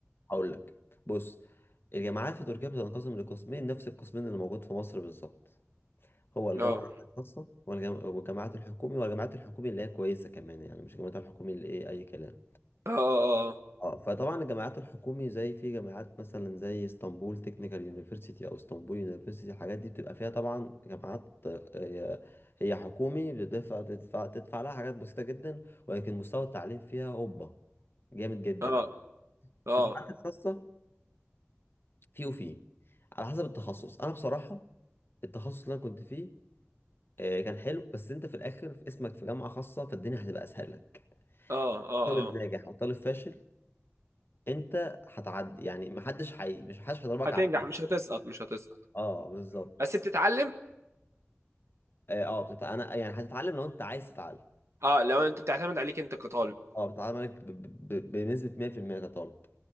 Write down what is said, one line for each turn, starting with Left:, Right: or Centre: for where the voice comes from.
Left: هقول لك بص الجامعات في تركيا بتنقسم لقسمين نفس القسمين اللي موجود في مصر بالظبط هو الجامعة
Right: اه
Left: الخاصة والجام- والجامعات الحكومي والجامعات الحكومي اللي هي كويسة كمان يعني مش الجامعات الحكومي اللي ايه أي كلام
Right: اه اه آه.
Left: اه فطبعا الجامعات الحكومي زي في جامعات مثلا زي اسطنبول تكنيكال يونيفرسيتي او اسطنبول يونيفرسيتي الحاجات دي بتبقى فيها طبعا جامعات آه، هي هي حكومي بتدفع تدفع تدفع لها حاجات بسيطة جدا ولكن مستوى التعليم فيها هوبا جامد جدا
Right: اه اه
Left: في الجامعات الخاصة في وفي على حسب التخصص انا بصراحه التخصص اللي انا كنت فيه آه، كان حلو بس انت في الاخر في اسمك في جامعه خاصه فالدنيا هتبقى اسهل لك
Right: اه اه
Left: طالب
Right: اه
Left: ناجح او طالب فاشل انت هتعدي يعني محدش حي مش محدش هيضربك
Right: هتنجح
Left: على حد.
Right: مش هتسقط مش هتسقط
Left: اه بالظبط
Right: بس بتتعلم
Left: اه آه، بتت... انا يعني هتتعلم لو انت عايز تتعلم
Right: اه لو انت بتعتمد عليك انت كطالب
Left: اه بتتعلم عليك ب... ب... ب- بنسبه 100% كطالب